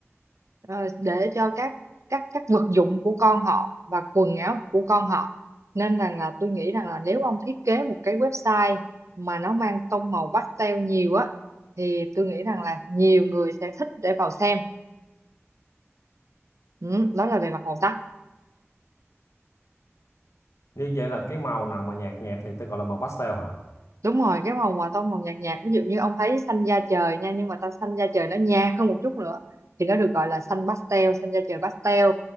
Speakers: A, on the right; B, on the left.
A: ờ, để cho các các các vật dụng của con họ và quần áo của con họ nên rằng là tôi nghĩ rằng là nếu ông thiết kế một cái website mà nó mang tông màu pastel nhiều á thì tôi nghĩ rằng là nhiều người sẽ thích để vào xem ừ, đó là về mặt màu sắc
B: Như vậy là cái màu nào mà nhạt nhạt thì tôi gọi là màu pastel hả?
A: đúng rồi cái màu mà tông màu nhạt nhạt ví dụ như ông thấy xanh da trời nha nhưng mà ta xanh da trời nó nhạt hơn một chút nữa thì nó được gọi là xanh pastel xanh da trời pastel